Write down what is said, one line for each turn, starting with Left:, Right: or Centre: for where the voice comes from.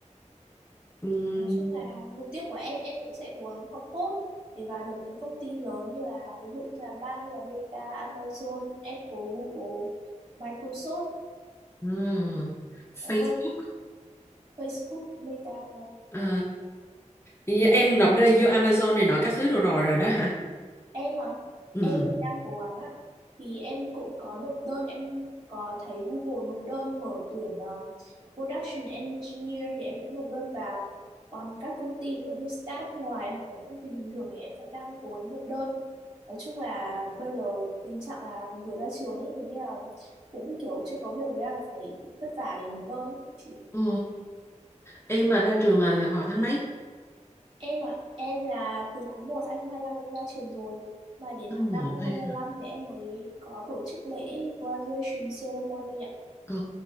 Left: Ừm,
Right: nói chung là mục tiêu của em em cũng sẽ cố gắng học code để vào được những công ty lớn như là ví dụ như là bang như là Meta, Amazon, Apple, Google Microsoft
Left: À, Facebook
Right: Dạ vâng, Facebook Meta và
Left: à, vậy như em nộp đơn vô Amazon này nọ các thứ đồ rồi rồi đó hả?
Right: em à,
Left: Ừ.
Right: em cũng đang cố gắng á. Thì em cũng có nộp đơn, em có thấy Google nộp đơn mở tuyển um, Production Engineer thì em cũng nộp đơn vào. Còn các công ty ví dụ như startup ngoài hoặc là những công ty bình thường thì em cũng đang cố gắng nộp đơn. Nói chung là bây giờ tình trạng là vừa ra trường ấy, thế nên là cũng kiểu chưa có việc với là phải vất vả để nộp đơn ấy. Chị
Left: Ồ, em mà ra trường là vào tháng mấy?
Right: Em ạ, em là từ tháng 1 lăm em ra trường rồi mà đến
Left: Tháng
Right: tháng 5
Left: một hay không?
Right: lăm thì em mới có tổ chức lễ graduation ceremony ạ.
Left: Ồ,